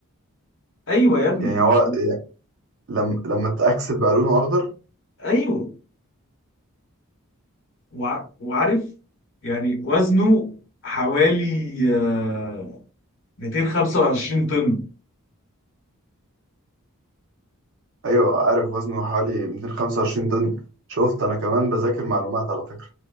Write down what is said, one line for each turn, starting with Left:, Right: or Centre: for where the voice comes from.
Left: ايوه يا ابني
Right: يعني هو
Left: و-
Right: لما لما اتأكسد بقى لونه أخضر
Left: ايوه وع- وعارف يعني وزنه حوالي آه، 225 طن
Right: أيوه عارف وزنه حوالي 225 طن شفت أنا كمان بذاكر معلومات على فكرة